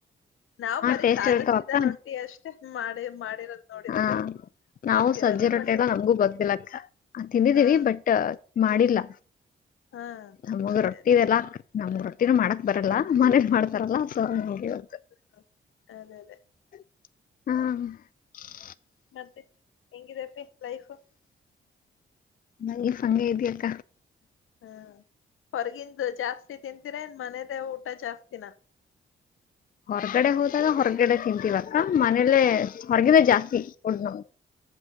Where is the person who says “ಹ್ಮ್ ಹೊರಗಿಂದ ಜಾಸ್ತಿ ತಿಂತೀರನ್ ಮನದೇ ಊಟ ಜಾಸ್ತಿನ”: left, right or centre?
Left